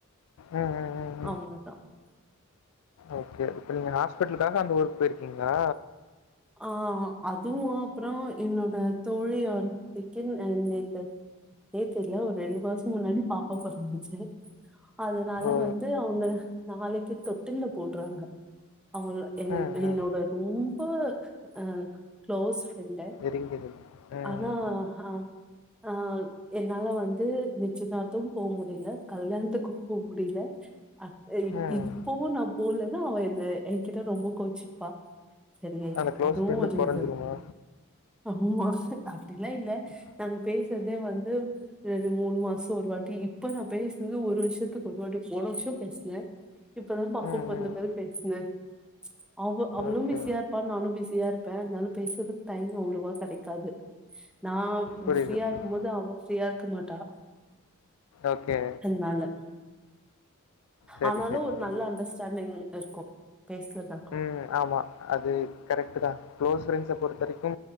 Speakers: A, on the left (about 70°); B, in the centre.
A: அ அ அ அ
B: அவங்க தா
A: ஓகே இப்ப நீங்க ஹாஸ்பிட்டலுக்காக அந்த ஊர்க் போயிருக்கீங்களா
B: ஆ அதுவு அப்பறோ என்னோட தோழி <unintelligible> நேத்து இல்ல ஒரு ரெண்டு மாச முன்னாடி பாப்பா பொறந்துச்சு அதனால
A: ஓ!
B: வந்து அவுங்க நாளைக்கி தொட்டில்ல போட்ருவாங்க அவள் எ என்
A: ம்.
B: என்னோட
A: ம்.
B: ரொம்ப அ க்ளோஸ் ஃப்ரெண்ட்
A: எரிந்தது. ம்.
B: ஆனா ஆ அ என்னால வந்து நிச்சயதார்த்தம் போ முடியல கல்யாணத்துக்கு போமுடியல ஆ இப்
A: ம்.
B: இப்பவு நா போலனா அவ எ என்கிட்ட ரொம்ப கோச்சிப்பா சரியா
A: அந்த க்ளோஸ்
B: அதுவு
A: ஃப்ரெண்டுக்கு
B: ஒரு
A: கொறஞ்சிருமா?
B: ரீசன் ஆமா அப்டிலா இல்ல
A: ம்.
B: நாங்க பேசுறதே வந்து து மூணு மாச ஒரு வாட்டி இப்ப நா பேசினது ஒரு வருஷத்துக்கு ஒரு வாட்டி போன வருஷ பேசுனே இப்பதா பாப்பா
A: ம்.
B: பொறந்த பெறகு பேசுனே அவ அவளும்
A: ஓகே.
B: பிசியா இருப்பா நானும் பிசி பிசியா இருப்பே அதனால பேசுறதுக்கு டைம் அவ்ளவா கெடைக்காது நா நீ
A: புரியுது,
B: ஃப்ரீயா
A: புரியுது.
B: இருக்கும் போது அவ ஃப்ரீயா இருக்க மாட்டா
A: ஓகே
B: நாங்க
A: சரி,
B: ஆனாலு
A: சரி,
B: ஒரு
A: சரிங்க.
B: நல்ல அண்டர்ஸ்டாண்டிங் இருக்கு பேசல தா
A: ம் ஆமா அது கரெக்ட்டுதா க்ளோஸ் ப்ரெண்ட்ஸ் பொறுத்த வரைக்கு